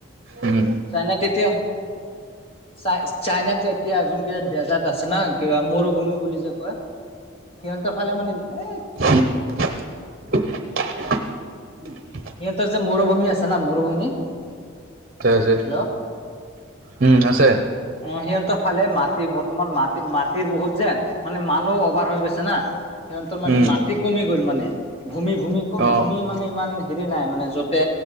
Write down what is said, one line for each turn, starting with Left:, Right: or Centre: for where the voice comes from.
Right: উম
Left: চাইনাত তেতিয়া, চা-চাইনাত এতিয়া ডেজাৰ্ট আছে না কিবা মৰুভূমি বুলি যে কয় সিহঁতৰ ফালে মানে এ।
Right: <unintelligible>
Left: সিঁহতৰ যে মৰুভূমি আছে না মৰুভূমি হেল্ল'
Right: আছে উম' আছে।
Left: অ' সিহঁতৰ ফালে মাটি, বৰ্তমান মাটি-মাটিৰ বহুত যে মানে মানুহ অভাৰ হৈ গৈছে না, সিহঁতৰ মানে
Right: উম
Left: মাটি কমি গ'ল মানে। ভূমি-ভূমি-ভূমি
Right: অ
Left: মানে ইমান হেৰি নাই। মানে যতে